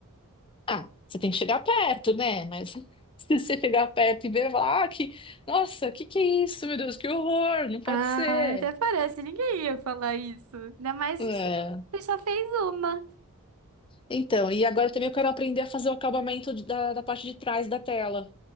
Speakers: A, on the left; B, on the right.
A: Ah, você tem que chegar perto, né? Mas <laughs> se você chegar perto e ver lá ah, que, nossa, que que é isso, meu Deus, que horror, não pode
B: Ah,
A: ser.
B: até parece, ninguém ia falar isso. Ainda mais
A: É.
B: que você você só fez uma.
A: Então, e agora também eu quero aprender a fazer o acabamento de- da, da parte de trás da tela.